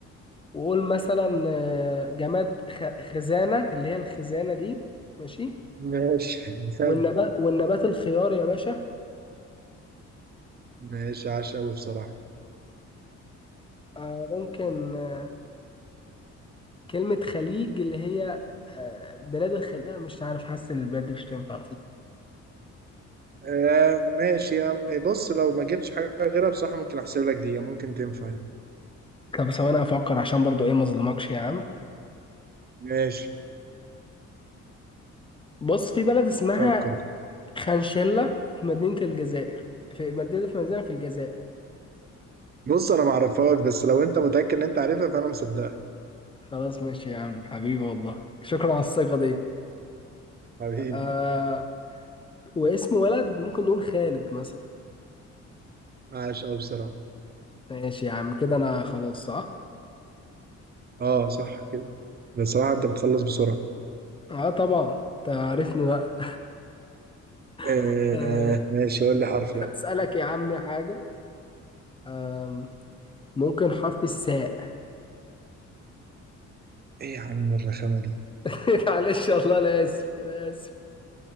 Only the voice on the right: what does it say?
ماشي <laughs> جامد
ماشي عاش قوي بصراحة
آه ماشي يا عم إيه، بص لو ما جبتش حاجة غيرها بصراحة ممكن أحسب لك دي يعني ممكن تنفع يعني
ماشي
فكر كده.
بص أنا ما أعرفهاش بس لو أنت متأكد إن أنت عارفها فأنا مصدقك
حبيبي
عاش قوي بصراحة
أه صح كده بصراحة أنت بتخلص بسرعة
آه
ماشي قول لي حرف يلا
إيه يا عم الرخامة دي